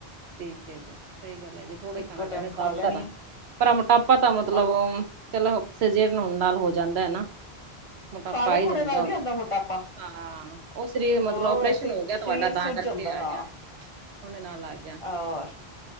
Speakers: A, on the right; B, on the left.
A: ਠੀਕ ਹੈ ਜੀ, ਸਹੀ ਗੱਲ ਹੈ ਜੀ, ਥੋੜ੍ਹੇ ਹੀ
B: ਇੱਕੋ
A: ਖਾਣਾ ਚਾਹੁੰਦੇ
B: ਟਾਈਮ
A: ਸਾਭ
B: ਖਾ ਲੈਣੀ
A: ਸਾਰਾ,
B: ਆ
A: ਪਰ ਮੋਟਾਪਾ ਤਾਂ ਮਤਲਬ
B: ਹਾਂ
A: ਚਲੋ, ਕ ਸੀਜੇਰੀਅਨ ਹੋਣ ਨਾਲ ਹੋ ਜਾਂਦਾ ਐ ਨਾ, ਮੋਟਾਪਾ
B: ਖਾਣੇ
A: ਆ ਈ
B: ਖੂਣੇ
A: ਜਾਂਦਾ
B: ਨਾਲ ਨੀ
A: ਉਹਨੂੰ।
B: ਆਂਦਾ ਮੋਟਾਪਾ।
A: ਹਾਂ, ਉਹ ਸਰੀਰ ਮਤਲਬ
B: ਉਹ
A: ਆਪਰੇਸ਼ਨ
B: ਵੈਸੇ ਹੀ
A: ਹੋ ਗਿਆ
B: ਸਰੀਰ
A: ਤੁਹਾਡਾ
B: ਸੁੱਜ
A: ਤਾਂ ਕਰਕੇ
B: ਜਾਂਦਾ
A: ਆ
B: ਹਾਂ
A: ਗਿਆ। ਉਹਦੇ ਨਾਲ ਆ ਗਿਆ।
B: ਔਰ